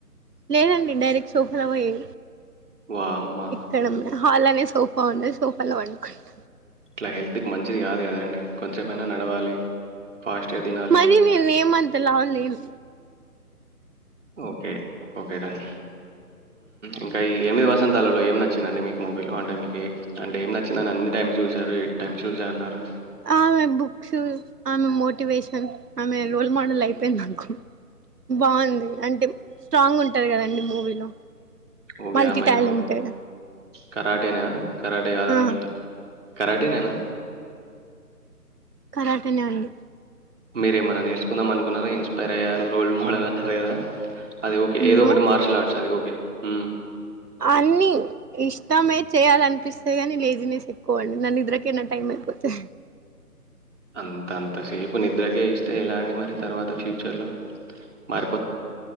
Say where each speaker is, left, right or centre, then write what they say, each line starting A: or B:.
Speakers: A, on the right; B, on the right.
A: లేదండి డైరెక్షన్ శహవయి
B: వామ్మా!
A: ఎక్కడన్నా హల్ అనే సోఫ అవును సోఫల్ వంకుంట
B: ఇట్లా హెల్త్కి మంచిది కాదు కదండి కొంచసేపుైయినా నడవాలి ఫాస్ట్‌గా తినాలి.
A: మరి నేను ఏమంత లావలేను
B: ఓకే ఓకే డన్ ఇంకా ఈ ఎనిమిది వసంతాలలో ఏం నచ్చిందండి మీకు మూవీలో అంటే మీకు అంటే ఏం నచ్చిందని అన్ని టైమ్స్ చూసారు ఎ టైమ్స్ చూస అన్నారు
A: ఆమె బుక్స్ ఆమె మోటివేషన్ ఆమె రోల్ మోడల్ అయిపోయి నాకు బాగుంది అంటే స్ట్రాంగ్ ఉంటారు కదండడి మూవీలో
B: ఓకే
A: మల్టీ
B: అమ్మా
A: టాలెంటెడ్
B: ఏదో కరాటేనా కరాటే కాదనుకుంటా
A: ఆ
B: కరాటనేనా
A: కరాటనేవ్వండి
B: మీరేమన్నా నేర్చుకుందామ అకున్నార ఇ ప్పయాను రోల్ మోడల్ అ అద అదేఓకే ఏద
A: నో
B: ఒకటిార్షల్ ఆట్ అది ఓకే హ్మ్.
A: అన్ని ఇష్టమే చేయాలనిపిస్తే కానీ లేజినెస్ ఎక్కువ అండి నన్ను నిద్రకనా టైం అయిపోతే
B: అంతంత సేపు నిద్రకే ఇస్తే ఎలా అండి మరి తర్వాత ఫ్యూచర్ లో మరి